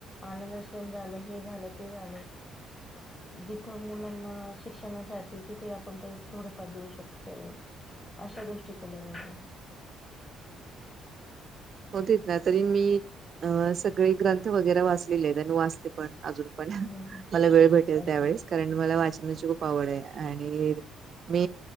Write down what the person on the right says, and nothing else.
<unintelligible>
होतीत ना तरी मी अ सगळे ग्रंथ वगैरे वाचलेले आहेत आणि वाचते पण अजून पणा
मला वेळ भेटेल
त्यावेेळेस कारण मला वाचनाची खूप आवड आहे आणि मी